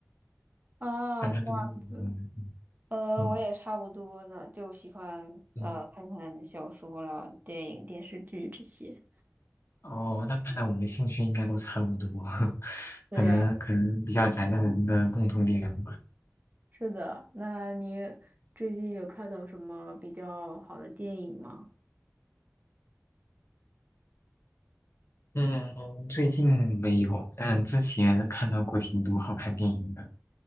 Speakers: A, on the right; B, on the left.
A: 啊，
B: 看看动漫之类的。
A: 这样子，呃，
B: 嗯
A: 我也差不多呢，就喜欢呃看看小说了、
B: 嗯，
A: 电影、电视剧这些。
B: 哦，那看来我们兴趣应该都差不多，<laughs>
A: 对，
B: 可能可能比较宅的人的共同点吧。
A: 是的。那你最近有看到什么比较好的电影吗？
B: 嗯，最近没有，但之前看到过挺多好看电影的。